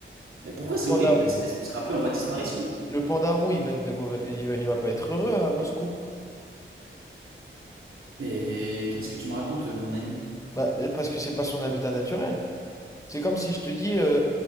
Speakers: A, on the right; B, on the left.
A: Mais pourquoi c'est
B: Le panda,
A: horrible? L'espèce sera plus en voie de disparition.
B: le panda roux, il va être de mauvais, il va, il va pas être heureux à Moscou.
A: Mais eh, qu'est-ce que tu me racontes, euh, mon ami?
B: Bah, euh, parce que c'est pas son habitat naturel. C'est comme si je te dis, euh,